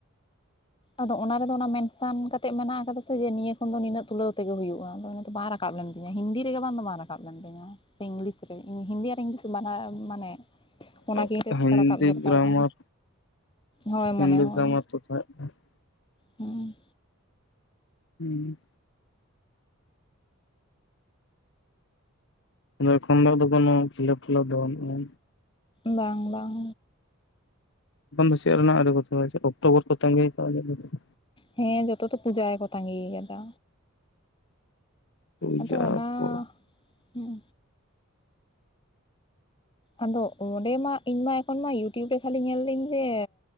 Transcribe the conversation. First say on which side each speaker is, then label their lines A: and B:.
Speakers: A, on the left (about 25°); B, on the left (about 60°).
A: ᱟᱫᱚ ᱚᱱᱟ ᱨᱮᱫᱚ ᱚᱱᱟ ᱢᱮᱱ ᱥᱟᱱ ᱠᱟᱛᱮᱫ ᱢᱮᱱᱟᱜ ᱟᱠᱟᱫᱟ ᱥᱮ ᱡᱮ ᱱᱤᱭᱟᱹ ᱠᱷᱚᱱ ᱫᱚ ᱱᱤᱱᱟᱹᱜ ᱛᱩᱞᱟᱹᱣ ᱛᱮᱜᱮ ᱦᱩᱭᱩᱜᱼᱟ ᱟᱫᱚ ᱩᱱᱟᱹᱜ ᱫᱚ ᱵᱟᱝ ᱨᱟᱠᱟᱵ ᱞᱮᱱ ᱛᱤᱧᱟᱹ ᱦᱤᱱᱫᱤ ᱨᱮᱜᱮ <unintelligible> ᱠᱟᱵ ᱞᱮᱱ ᱛᱤᱧᱟᱹ ᱥᱮ ᱤᱝᱞᱤᱥ ᱨᱮ ᱤᱝ ᱦᱤᱱᱫᱤ ᱟᱨ ᱤᱝᱞᱤᱥ ᱵᱟᱱᱟᱨ ᱢᱟᱱᱮ,
B: ᱦᱩᱸ
A: ᱚᱱᱟ ᱜᱮ ᱠᱟᱹᱡ
B: ᱦᱤᱱᱫᱤ
A: ᱨᱟᱠᱟᱵ ᱫᱚᱨᱠᱟᱨᱚᱜᱼᱟ
B: ᱜᱨᱟᱢᱟᱨ
A: ᱦᱳᱭ
B: ᱦᱤᱱᱫᱤ
A: ᱢᱚᱱᱮ ᱦᱳᱭ᱾
B: ᱜᱨᱟᱢᱟᱨ <inaudible>
A: ᱦᱩᱸ
B: ᱩᱸ ᱟᱫᱚ ᱮᱠᱷᱚᱱ ᱫᱚ ᱟᱫᱚ ᱠᱚᱱᱚ ᱠᱷᱤᱞᱟᱯ ᱠᱷᱤᱞᱟᱯ ᱫᱚ ᱵᱟᱹᱱᱩᱜᱼᱟ᱾
A: ᱵᱟᱝ ᱵᱟᱝ᱾
B: ᱮᱠᱷᱚᱱ ᱫᱚ ᱪᱮᱫ ᱨᱮᱱᱟᱜ ᱟᱫᱚ ᱠᱚ <unintelligible> ᱪᱮᱫ ᱚᱠᱴᱳᱵᱚᱨ ᱠᱚ ᱛᱟᱸᱝᱜᱤ ᱠᱟᱜᱼᱟ <unintelligible>
A: ᱦᱮᱸ ᱡᱷᱚᱛᱚ ᱛᱚ ᱯᱩᱡᱟ ᱜᱮᱠᱚ ᱛᱟᱸᱜᱤ ᱠᱟᱫᱟ᱾
B: ᱯᱩᱡᱟ
A: ᱟᱫᱚ ᱚᱱᱟ
B: ᱠᱚ
A: ᱦᱚᱸ ᱟᱫᱚ ᱚᱸᱰᱮ ᱢᱟ ᱤᱧ ᱢᱟ ᱮᱠᱷᱚᱱ ᱢᱟ ᱤᱭᱩᱴᱤᱭᱩᱵᱽ ᱨᱮ ᱠᱷᱟᱹᱞᱤ ᱧᱮᱞᱫᱤᱧ ᱡᱮ,